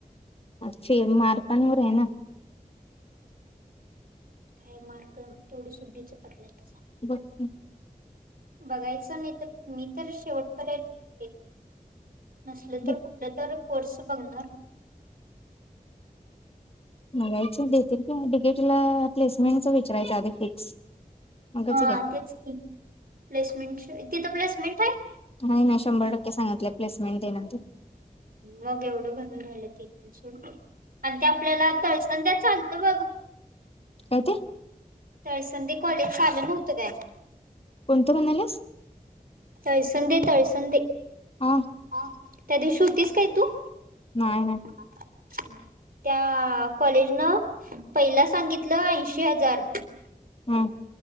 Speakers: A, on the left; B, on the right.
A: अ े मारताांवर आहे ना
B: काय मार्ग तेवढी सुुद्धीच पडला त
A: बकी
B: बघायचं नाही तर मी तर शेवट तर आहे नसल
A: की.
B: तर कुठलं तर कोर्स बघणार
A: बगायच देतील कि तिकीटला प्लेसमेंटच विचारायच्या आधी फिक्स मगच
B: हा
A: घ्या
B: तेच प्लेसमेंट तिथ प्लेसमेंट आहे
A: नाही नाही शंभर टक्के सांगितले प्लेसमेंट देनंतर
B: मग एवढं भरून झाहिलं तिथ सु आणि ते आपल्याला तळसण त्या चालतं बघ
A: का ते
B: तळसंदी कॉलेज चाल नव्हतं काय
A: कोणतं म्हणाल्यास
B: तळसंद तळसंद
A: हा
B: ह त्या दिवशी होतीस काय तू
A: नाही नाही
B: ह हम् त्या कॉलेज नं पहिला सांगितलं ऐंशी हजार
A: हम्